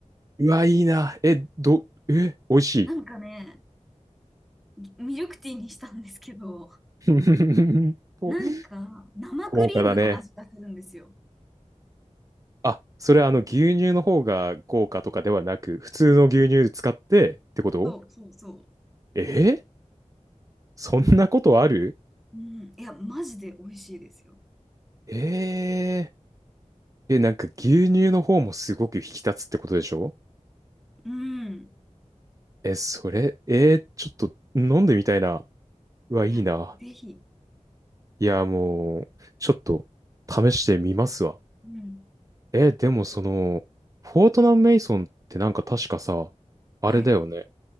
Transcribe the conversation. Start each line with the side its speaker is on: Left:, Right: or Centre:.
Right: うわ、いいな。え、ど、え、美味しい。
Centre: なんかね、ぎミルクティーにしたんですけど、
Right: <laughs> こ
Centre: なんか生クリームの味がするんですよ。
Right: 高価だね。あ、それはあの牛乳の方が高価とかではなく、普通の牛乳使ってってこと
Centre: そうそうそ
Right: えーそんなことある
Centre: う。うん。いや、マジで美味しいですよ。
Right: えー、え、なんか牛乳の方もすごく引き立つってことでしょ
Centre: うん。
Right: え、それ、えーちょっと飲んでみたいな。うわ、
Centre: いや、
Right: いいな。
Centre: ぜひ。
Right: いや、もう、ちょっと試してみますわ。
Centre: うん。
Right: え、でもその、フォートナム・メイソンってなんか確かさ、あれだよね。
Centre: はい。